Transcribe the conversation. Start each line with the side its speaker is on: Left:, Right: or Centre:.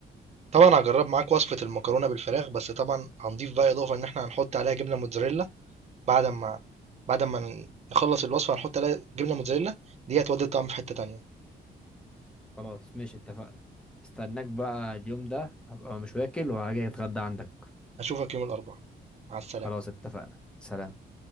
Right: طبعا هجرب معاك وصفة المكرونة بالفراخ بس طبعا هنضيف بقى إضافة إن إحنا هنحط عليها جبنة موتزاريلا بعد ما بعد ما نخلص الوصفة هنحط عليها جبنة موتزاريلا دي هتودي الطعم في حتة تانية
Centre: خلاص ماشي اتفقنا استناك بقى اليوم ده هبقى مش واكل وهاجي أتغدى عندك
Right: أشوفك يوم الأربع مع السلامة
Centre: خلاص اتفقنا سلام